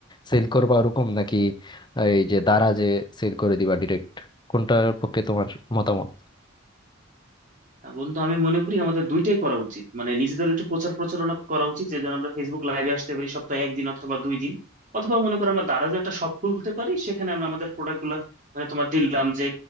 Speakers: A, on the left; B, on the right.
A: সেল করবা ওরকম নাকি এই যে দারাজে সেল করে দিবা ডিরেক্ট কোনটার পক্ষে তোমার মতামত
B: না বন্ধু আমি মনে করি আমাদের দুইটাই করা উচিত মানে নিজেদের একটু প্রচার প্রচারণা করা উচিত যেজন আমরা ফেসবুক লাইভে আসতে পারি সপ্তাহে একদিন অথবা দুই দিন অথবা মনে করো আমরা দারাজও একটা শপ খুলতে পারি সেখানে আমরা আমাদের প্রোডাক্ট গুলো মানে তোমার দিলাম যে